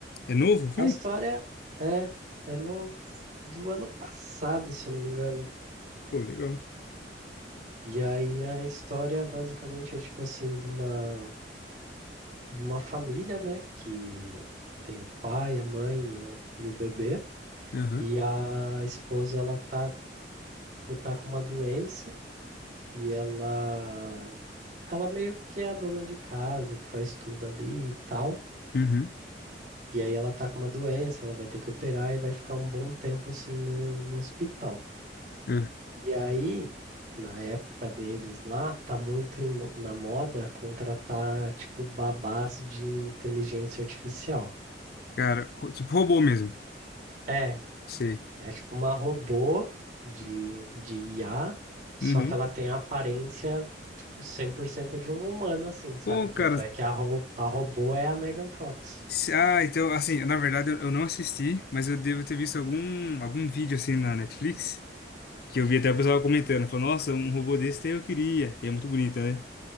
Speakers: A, on the left; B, on the right.
A: É novo o filme?
B: A história é, é no, do ano passado, se eu não me engano.
A: Pô, legal.
B: E aí a história basicamente é tipo assim, de uma, de uma família, né? Que tem o pai, a mãe e o, e o bebê.
A: uhum,
B: E a esposa, ela tá tipo, tá com uma doença e ela ela meio que é a dona de casa, que faz tudo ali e tal.
A: uhum,
B: E aí ela tá com uma doença, ela vai ter que operar e vai ficar um bom tempo assim no, no hospital.
A: uhum.
B: E aí, na época deles lá, tá muito em mo- na moda contratar tipo babás de inteligência artificial.
A: Cara, ro- tipo robô mesmo.
B: É,
A: Sei.
B: É tipo uma robô de, de IA, só
A: uhum.
B: que ela tem a aparência, tipo, 100% de um humano, assim, sabe?
A: Pô,
B: Tanto
A: cara.
B: é que a, ro a robô é a Megan Fox.
A: se- Ah, então, assim, na verdade eu eu não assisti, mas eu devo ter visto algum, algum vídeo assim na Netflix. Que eu vi até o pessoal comentando. Falou, nossa, um robô desse eu queria. E é muito bonita, né?